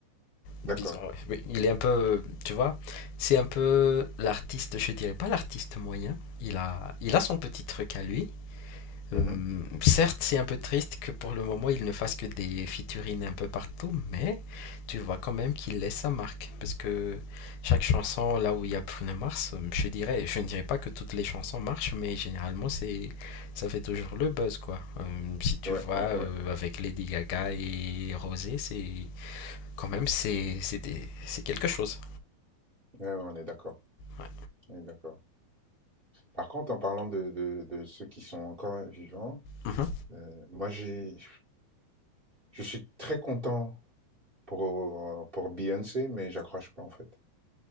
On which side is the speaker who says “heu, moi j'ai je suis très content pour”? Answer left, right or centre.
Right